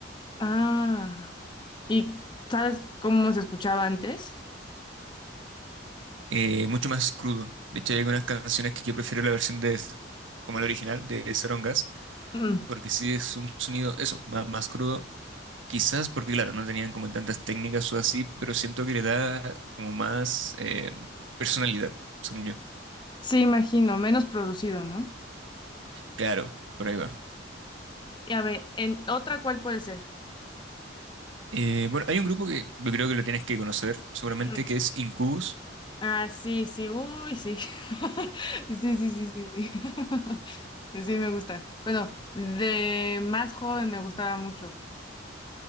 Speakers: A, on the left (about 25°); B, on the right (about 85°).
A: Ah. ¿Y sabes cómo se escuchaba antes?
B: Eh, mucho más crudo. De hecho, hay algunas canciones que yo prefiero la versión de, como el original, de Serum Gas,
A: Ujú.
B: porque sí es un sonido, eso, más, más crudo. Quizás porque, claro, no tenían como tantas técnicas o así, pero siento que le da como más eh, personalidad, según yo.
A: Sí, imagino, menos producido, ¿no?
B: Claro, por ahí va.
A: Y a ver, ¿en otra cuál puede ser?
B: Eh, bueno, hay un grupo que yo creo que lo tienes que conocer, seguramente,
A: Ujú.
B: que es Incubus.
A: Ah, sí, sí, uy, sí. <laughs> Sí, sí, sí, sí, sí. <laughs> Sí, me gusta. Bueno, de más joven me gustaba mucho.